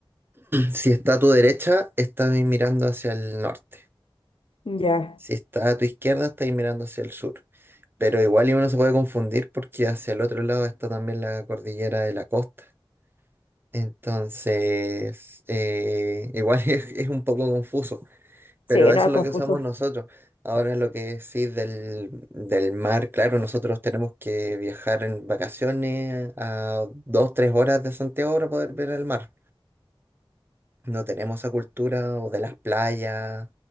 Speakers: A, on the right; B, on the left.
A: Si está a tu derecha, estás mirando hacia el norte.
B: Ya,
A: Si está a tu izquierda, estás mirando hacia el sur. Pero igual y uno se puede confundir porque hacia el otro lado está también la cordillera de la costa. Entonces, eh, igual <laughs> es, es un poco confuso. Pero
B: sí,
A: eso
B: no, es
A: es
B: confuso,
A: lo que usamos nosotros. Ahora lo que sí del, del mar, claro, nosotros tenemos que viajar en vacaciones a dos, tres horas de Santiago para poder ver el mar. No tenemos esa cultura o de las playas,